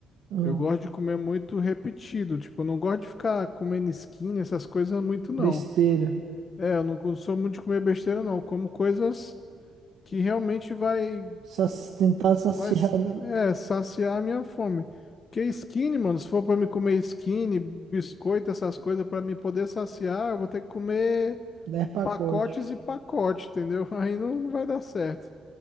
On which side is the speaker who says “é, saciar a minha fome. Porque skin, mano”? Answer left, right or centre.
Left